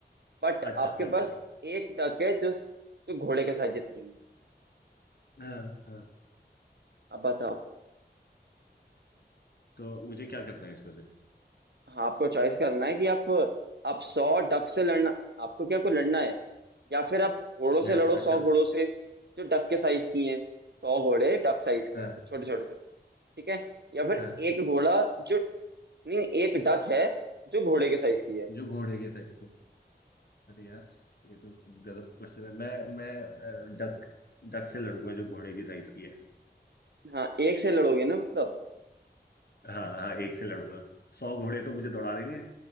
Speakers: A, on the right; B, on the left.
A: बट
B: अच्छा
A: आपके
B: अच्छा
A: पास एक डक है जो जो घोड़े के साइज जितनी है
B: हाँ हाँ
A: अब बताओ
B: तो मुझे क्या करना है इसमें से
A: हाँ आपको चॉइस करना है कि आप आप सौ डक से लड़ना आपको क्या आपको लड़ना है या फिर आप घोड़ों से
B: हाँ
A: लड़ो सौ
B: अच्छा
A: घोड़ों से जो डक के साइज की हैं सौ घोड़े डक साइज के
B: हाँ
A: तो छोटे छोटे छोटे ठीक है या फिर
B: हाँ
A: एक घोड़ा जो नहीं एक डक है जो घोड़े के साइज की है
B: जो घोड़े के साइज को अरे यार ये तो गजब क्वेश्चन है मैं मैं डक डक से लड़ूंगा जो घोड़े की साइज की है
A: हाँ एक से लड़ोगे ना मतलब
B: हाँ हाँ एक से लड़ूंगा सौ घोड़े तो
A: हाँ
B: मुझे दौड़ा देंगे